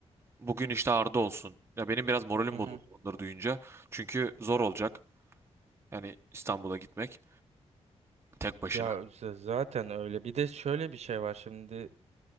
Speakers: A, on the right; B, on the right.
A: Bugün işte Arda olsun. Ya benim biraz moralim
B: Hı hı.
A: bozuldu onları duyunca. Çünkü zor olacak. Yani İstanbul'a gitmek tek başına.
B: Ya z- zaten öyle. Bir de şöyle bir şey var şimdi.